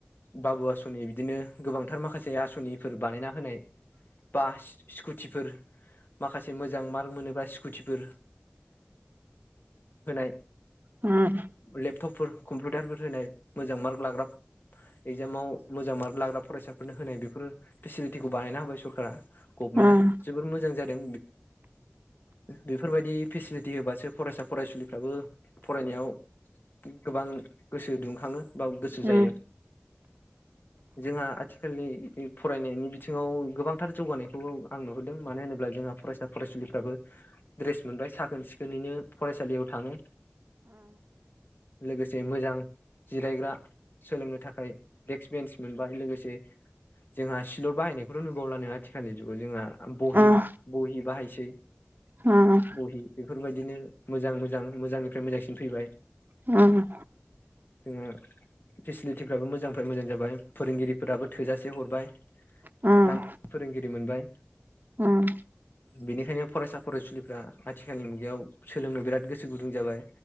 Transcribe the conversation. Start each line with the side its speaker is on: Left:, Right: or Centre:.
Left: बाबु आसनि बिदिनो गोबांथार माखासे आसनिफोर बानायना होनाय बा स्कुटिफोर माखासे मोजां मार्क मोनोब्ला स्कुटिफोर होनाय
Right: उम
Left: लेपटपफोर कम्पिउटारफोर होनाय मोजां मार्क लाग्रा इगजामाव मोजां मार्क लाग्रा फरायसाफोरनो होनाय बेफोर फेसिलिटिखौ बानायना होबाय सरकारा गभमेन्टआ
Right: उम
Left: जोबोर मोजां जादों बेफोरबायदि फेसिलिटि होबासो फरायसा फरायसुलिफ्राबो फरायनायाव गोबां गोसो दुंखाङो बा गोसो
Right: उम
Left: जायो जोंहा आथिखालनि फरायनायनि बिथिङाव गोबांथार जौगानायखौ आं नुहुरदों मानो होनोब्ला जोंहा फरायसा फरायसुलिफ्राबो दड्रेस मोनबाय साखोन सिखोनैनो फरायसालियाव थाङो लोगोसे मोजां जिरायग्रा सोलोंनो थाखाय देक्स बेन्स मोनबाय लोगोसे जोंहा सिलर बाहायनायखौथ' नुबावलानो आथिखालनि जुगाव जोंहा बहि
Right: उम
Left: बहि बाहायसै
Right: उम
Left: बहि बेफोरबायदिनो मोजां मोजां मोजांनिफ्राय मोजांसिन फैबाय
Right: उम
Left: जोङो फेसिलिटिफ्राबो मोजांनि मोजां जाबाय फोरोंगिरिफोराबो थोजासे हरबाय
Right: उम
Left: नांगौ फोरोंगिरि मोनबाय
Right: उम
Left: बेनिखायनो फरायसा फरायसुलिफ्रा आथिखालनि मुगायाव सोलोंनो बिराद गोसो गुदुं जाबाय